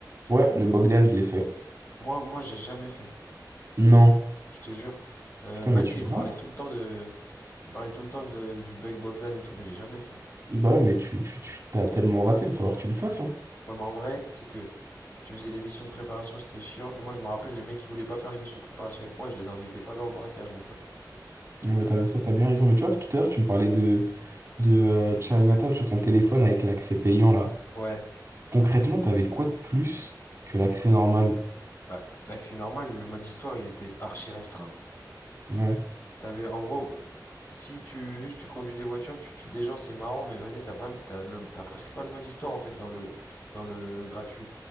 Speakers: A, on the right (about 35°); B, on the left (about 30°).
A: Ouais, le Bogdan, je l'ai fait.
B: Moi, moi, j'ai jamais fait.
A: Non.
B: Je te jure. Euh,
A: Putain,
B: Manil,
A: mais tu
B: il
A: rentres?
B: me parlait tout le temps de, il me parlait tout le temps de- du bug Bogdan et tout, mais j'ai jamais fait.
A: Bah, mais tu, tu, tu t'as tellement raté, il va falloir que tu le fasses, hein.
B: Ouais, mais en vrai, c'est que tu faisais les missions de préparation, c'était chiant. Et moi, je me rappelle, les mecs qui voulaient pas faire les missions de préparation avec moi, je les invitais pas dans le braquage, mon pote.
A: Non, mais t'as, ça, t'as bien raison. Mais tu vois, tout à l'heure, tu me parlais de, de euh, Chinatown sur ton téléphone avec l'accès payant, là.
B: Ouais,
A: Concrètement, t'avais quoi de plus que l'accès normal?
B: bah là que c'est normal, le mode histoire il était archi restreint.
A: Ouais,
B: T'avais en gros, euh, si tu juste tu conduis des voitures, tu tues des gens, c'est marrant, mais vas-y, t'as pas le, t'as le- t'as presque pas le mode histoire en fait dans le, dans le gratuit.